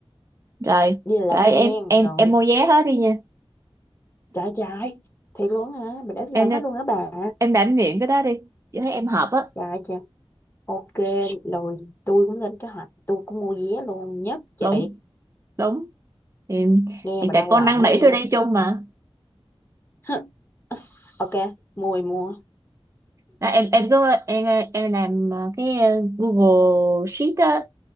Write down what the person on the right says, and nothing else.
rồi
rồi em
em
em mua vé hết đi nha
em
nên-
em đảm nhiệm cái đó đi chị thấy em hợp á
đúng đúng thì,
thì
tại con
năn
nỉ
tôi đi chung mà
đó, em em cứ em em làm ờ, cái ờ, Google Sheet á